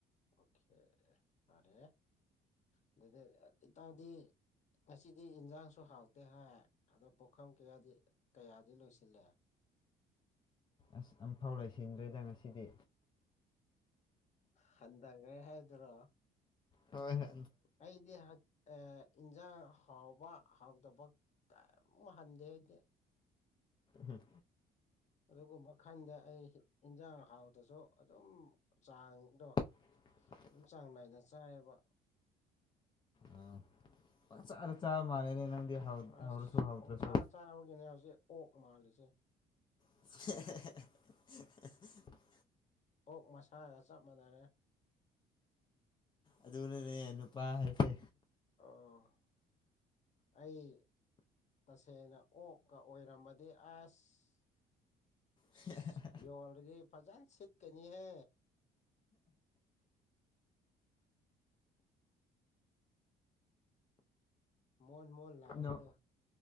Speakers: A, on the left; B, on the left.
A: ꯑꯣ ꯀꯦ ꯐꯔꯦ ꯑꯗꯨꯗꯤ ꯑꯣꯏꯇꯗꯤ ꯉꯁꯤꯗꯤ ꯏꯟꯁꯥꯡꯁꯨ ꯍꯥꯎꯇꯦ ꯍꯥꯏ ꯑꯗꯣ ꯄꯨꯈꯝ ꯀꯌꯥꯗꯤ ꯀꯌꯥꯗꯤ ꯂꯣꯏꯁꯤꯜꯂꯦ
B: ꯑꯁ ꯑꯃꯐꯥꯎ ꯂꯣꯏꯁꯤꯟꯗ꯭ꯔꯤꯗ ꯉꯁꯤꯗꯤ
A: ꯍꯟꯊꯈ꯭ꯔꯦ ꯍꯥꯏꯗꯨꯔꯣ
B: ꯍꯣꯏ ꯍꯦ
A: ꯑꯩꯗꯤ ꯍꯛ ꯏꯟꯁꯥꯡ ꯍꯥꯎꯕ ꯍꯥꯎꯇꯕ ꯀꯩꯃꯨꯛ ꯍꯟꯗꯦ ꯑꯩꯗꯤ
B: ꯍꯝ
A: ꯑꯗꯨꯒꯨꯝꯕ ꯈꯟꯗꯦ ꯑꯩ ꯏꯟꯁꯥꯡ ꯍꯥꯎꯇꯁꯨ ꯑꯗꯨꯝ ꯆꯥꯡꯗꯣ
B: <inaudible>
A: ꯑꯗꯨꯝ ꯆꯥꯡ ꯅꯥꯏꯅ ꯆꯥꯏꯌꯦꯕ
B: ꯎꯝ ꯄꯡꯆꯥꯗ ꯆꯥꯕ ꯃꯥꯜꯂꯦꯅꯦ ꯅꯪꯗꯤ ꯍꯥꯎꯔꯁꯨ
A: ꯑꯁ
B: ꯍꯥꯎꯇ꯭ꯔꯁꯨ
A: ꯄꯪꯆꯥ ꯆꯥꯕꯒꯤꯅꯦ ꯍꯧꯖꯤꯛ ꯑꯣꯛ ꯃꯥꯜꯂꯤꯁꯦ
B: <inaudible>
A: ꯑꯣꯛ ꯃꯁꯥꯒ ꯆꯞ ꯃꯥꯟꯅꯔꯦ
B: ꯑꯗꯨꯅꯅꯦ ꯅꯨꯄꯥ ꯍꯥꯏꯁꯦ
A: ꯑꯣ ꯑꯩ ꯇꯁꯦꯡꯅ ꯑꯣꯛꯀ ꯑꯣꯏꯔꯝꯃꯗꯤ ꯑꯁ <inaudible>
B: <inaudible>
A: ꯌꯣꯜꯂꯗꯤ ꯐꯖꯅ ꯁꯤꯠꯀꯅꯤꯍꯦ ꯃꯣꯟ ꯃꯣꯟ ꯂꯥꯎꯕꯗꯣ
B: ꯅꯣ